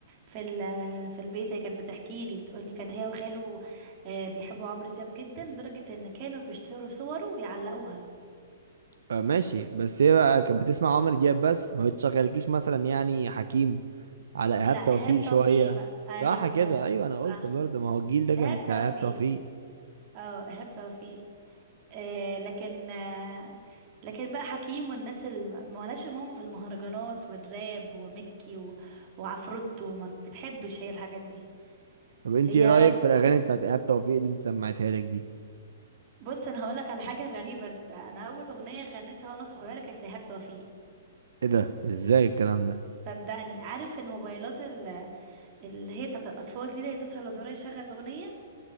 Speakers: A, on the right; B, on the right.
A: في ال في البيت هي كانت بتحكي لي بتقول لي كانت هي وخاله آه، بيحبوا عمرو دياب جدا لدرجه ان كانوا بيشتروا صوره ويعلقوها
B: آه ماشي بس هي بقى كانت بتسمع عمرو دياب بس ما بتشغلكيش مثلا يعني حكيم على ايهاب
A: لا ايهاب
B: توفيق شويه
A: توفيق بقى ايوه
B: صح كده ايوه انا قلت
A: صح
B: برضه ما هو الجيل ده كان
A: ايهاب
B: بتاع
A: توفيق
B: ايهاب توفيق
A: اه ايهاب توفيق آه لكن آه لكن بقى حكيم والناس اللي ما لهاش ماما في المهرجانات والراب وميكي و... وعفروتو ما بتحبش هي الحاجات دي
B: طب انت
A: هي
B: ايه رايك في الاغاني بتاعت ايهاب توفيق اللي انت سمعتها لك دي
A: بص انا هقولك على حاجه غريبه انت انا اول اغنيه غنيتها وانا صغيره كانت لإيهاب توفيق
B: ايه ده ازاي الكلام ده
A: صدقني عارف الموبايلات ال- اللي هي بتاعت الاطفال دي اللي يدوس على زرار يشغل اغنيه